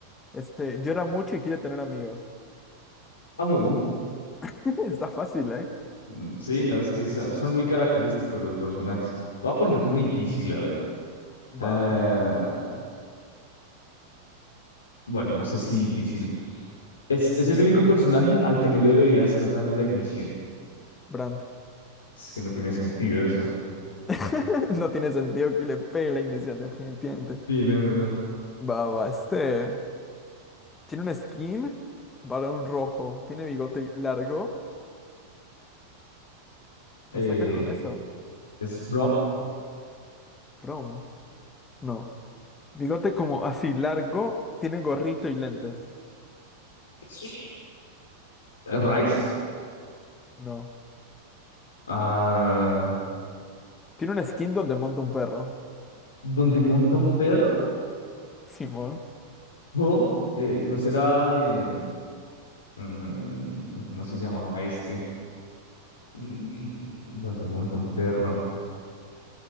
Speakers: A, on the left (about 15°); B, on the left (about 70°).
A: Este, llora mucho y quiere tener amigos.
B: Amumu.
A: <laughs> Está fácil, ¿eh?
B: Mm, Sí, no, es que son, son muy característicos los personajes. Voy a ponerte uno difícil, a ver. Ah,
A: Va,
B: Bueno, no sé si difícil. Es, es el único personaje al que no le debería hacer daño la ignición.
A: Brandt.
B: Es que no tiene sentido eso.
A: <laughs> No tiene sentido que le pegue la inicial, definitivamente.
B: Sí, no, no, no.
A: Va, va, este. Tiene un skin, varón rojo. Tiene bigote largo.
B: Eh,
A: ¿Lo sacas con eso?
B: es Brom.
A: Prom. No. Bigote como así, largo. Tiene gorrito y lentes.
B: Sí. Rice.
A: No.
B: Ah,
A: Tiene un skin donde monta un perro.
B: donde monta un perro.
A: <laughs> Simón.
B: No, eh, no será. eh, mm, ¿cómo se llamaba este? Mm, donde monta un perro.